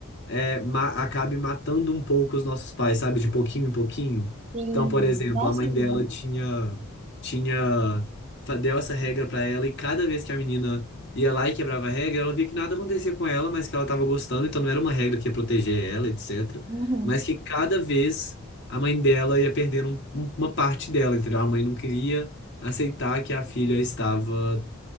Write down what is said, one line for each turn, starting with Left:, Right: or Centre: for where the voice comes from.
Left: é, ma- acabe matando um pouco os nossos pais, sabe? De pouquinho em pouquinho.
Right: Sim.
Left: Então, por exemplo,
Right: Nossa,
Left: a mãe
Right: menina.
Left: dela tinha, tinha, fa- deu essa regra pra ela e cada vez que a menina ia lá e quebrava a regra, ela via que nada acontecia com ela, mas que ela tava gostando, então não era uma regra que ia proteger ela, etc.
Right: Uhum.
Left: Mas que cada vez a mãe dela ia perdendo um- um- uma parte dela, entendeu? A mãe não queria aceitar que a filha estava